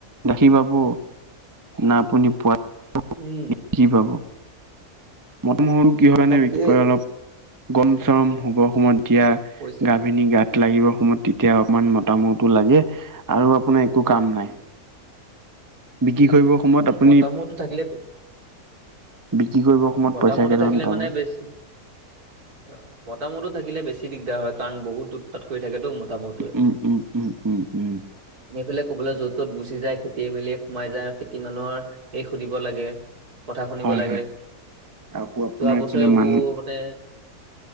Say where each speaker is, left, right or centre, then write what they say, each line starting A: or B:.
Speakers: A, on the right; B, on the right.
A: গাখীৰ পাব না‌ আপুনি পোৱা
B: উম
A: কি কি পাব, মন মহৰু কিহৰ কাৰণে
B: তাকে
A: বিক্ৰী কৰে অলপ গম চম হ'বৰ সময়ত দিয়া।
B: পইচা
A: গাভিনী গাত, লাগিব সময়ত তেতিয়া অকমান মতামহতো লাগে আৰু আপোনাৰ একো কাম নাই। বিক্ৰী কৰিবৰ সময়ত
B: উম
A: আপুনি
B: মতামতো থাকিলে
A: বিক্ৰী কৰিব, সময়ত
B: মটামহ
A: পইচা কেইটামান
B: টো থাকিলে
A: পাব
B: মানে বেছি। অ মতামতো থাকিলে বেছি দিগদাৰ হয় কাৰণ বহুত উটপাত কৰি থাকেতো মত, মতা ম‌টোৱে,
A: উম উম উম উম উম উম
B: নি পেলাই ক'বলৈ য'ত ত'ত গুচি যায় খেতিয়ে মেলি সোমাই যায় আৰু খেতি মানুহৰ, এ সুধিব লাগে কথা শুনিব
A: হয়
B: লাগে।
A: হয় আকৌ আপোনাৰ
B: যোৱা বছৰে
A: এইফালে
B: বৌ
A: মানুহ
B: হতে,